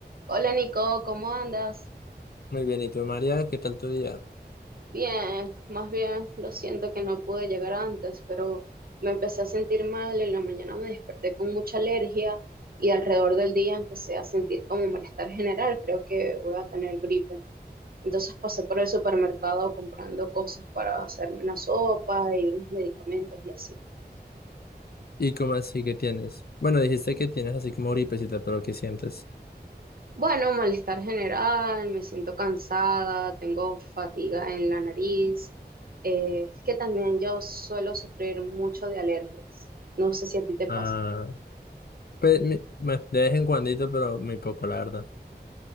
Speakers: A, on the right; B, on the left.
A: Hola Nico, ¿cómo andas?
B: Muy bien, ¿y tú, María? ¿Qué tal tu día?
A: Bien, más bien, lo siento que no pude llegar antes, pero me empecé a sentir mal, en la mañana me desperté con mucha alergia y alrededor del día empecé a sentir como malestar general, creo que voy a tener gripe. Entonces pasé por el supermercado comprando cosas para hacerme una sopa y unos medicamentos y así.
B: ¿Y cómo así que tienes? Bueno, dijiste que tienes así como gripecita, pero ¿qué sientes?
A: Bueno, malestar general, me siento cansada, tengo fatiga en la nariz, eh, es que también yo suelo sufrir mucho de alergias. No sé si a ti te pasa.
B: Ah, pues, mi- bueno, de vez en cuandito, pero muy poco, la verdad.